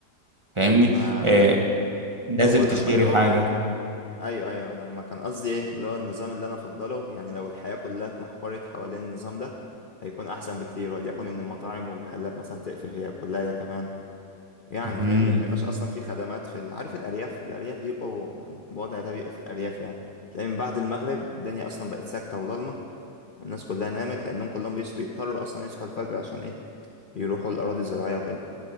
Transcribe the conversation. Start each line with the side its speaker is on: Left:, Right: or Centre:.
Right: فاهمني
Left: ما
Right: آه، نازل
Left: او
Right: تشتري
Left: انا لما جاوبتك
Right: حاجة
Left: ايوه ايوه انا ما كان قصدي ايه اللي هو النظام اللي انا افضله يعني لو الحياة كلها اتمحورت حوالين النظام ده هيكون احسن بكتير وليكن ان المطاعم والمحلات مثلا تقفل هي كلها هي كمان يعني
Right: مم.
Left: فاهمني ما يبقاش اصلا في خدمات في ال- عارف الارياف الارياف بيبقوا الوضع ده بيبقى في الارياف يعني تلاقي من بعد المغرب الدنيا اصلا بقت ساكته وضلمه والناس كلها نامت لانهم كلهم بيص- بيضطروا اصلا يصحوا الفجر عشان ايه يروحوا الاراضي الزراعيه وكده